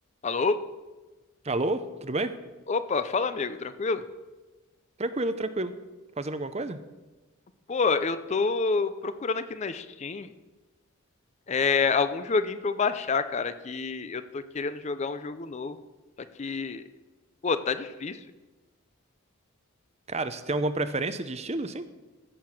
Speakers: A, on the left; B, on the right.
A: Alô?
B: Alô? Tudo bem?
A: Opa, fala amigo, tranquilo?
B: Tranquilo, tranquilo. Fazendo alguma coisa?
A: Pô, eu tô procurando aqui na Steam é, algum joguinho pra eu baixar, cara, que eu tô querendo jogar um jogo novo. Só que, pô, tá difícil.
B: Cara, você tem alguma preferência de estilo, assim?